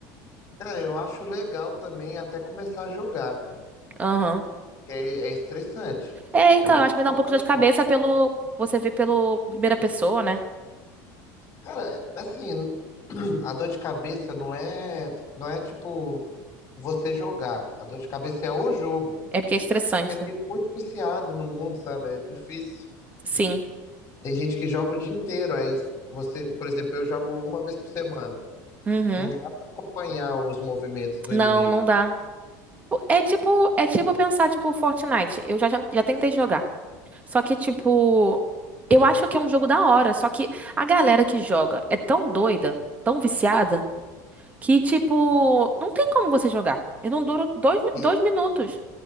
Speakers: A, on the left (about 30°); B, on the right (about 15°).
A: Cara, eu acho legal também até começar a jogar,
B: Aham.
A: porque é, é estressante.
B: É, então,
A: É muita
B: eu acho que
A: informação.
B: me dá um pouco de dor de cabeça pelo, você vê pelo primeira pessoa, né?
A: Cara, assim, <clears throat> a dor de cabeça não é, não é tipo você jogar. A dor de cabeça é o jogo.
B: É porque é estressante,
A: Porque
B: né?
A: tem muito viciado no mundo, sabe? É difícil.
B: Sim.
A: Tem gente que joga o dia inteiro, aí você, por exemplo, eu jogo uma vez por semana.
B: Uhum.
A: Não dá pra acompanhar os movimentos do
B: Não,
A: inimigo.
B: não dá. É tipo, é tipo pensar, tipo, Fortnite. Eu já, já, já tentei jogar. Só que, tipo, eu acho que é um jogo da hora. Só que a galera que joga é tão doida, tão viciada, que, tipo, não tem como você jogar. Eu não duro dois, mi-
A: E,
B: dois minutos.